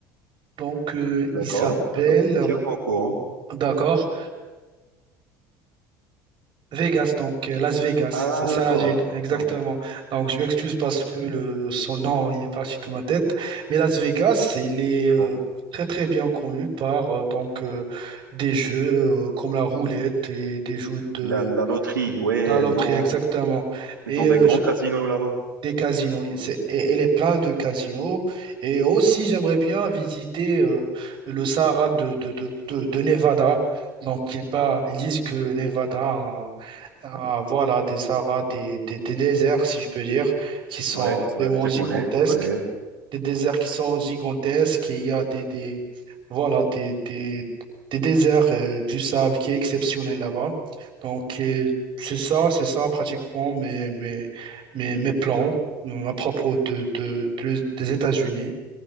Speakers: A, on the right (about 50°); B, on the right (about 85°).
A: Donc euh,
B: d'accord,
A: il s'appelle,
B: d'accord. Tiens-moi au courant.
A: d'accord, Vegas. Donc euh, Las Vegas,
B: Ah,
A: c'est ça
B: d'accord.
A: la ville, exactement.
B: Attends,
A: Donc je m'excuse parce que le son nom il est parti de ma tête, mais Las Vegas, il est
B: C'est
A: euh,
B: bon.
A: très très bien connu par euh, donc euh, des jeux euh, comme la roulette et des jeux de
B: La, la loterie, ouais,
A: la loterie,
B: ils ont,
A: exactement. Et
B: ils ont des
A: euh,
B: grands casinos là-bas.
A: Des casinos, oui. c'est, et- elle est pleine de casinos. Et aussi, j'aimerais bien visiter euh, le Sahara de, de, de, de- de Nevada. Donc, ils, par- ils disent que Nevada a, a, voilà, des Sahara, des, des, des déserts, si je peux dire, qui sont
B: Ouais, ouais,
A: vraiment
B: je
A: gigantesques
B: connais, je connais.
A: des déserts qui sont gigantesques et il y a des, des, voilà, des, des, des déserts euh, du sable qui est exceptionnel là-bas. Donc, euh, c'est ça, c'est ça pratiquement mes, mes, mes, mes plans euh, à propos de, de, de- des États-Unis.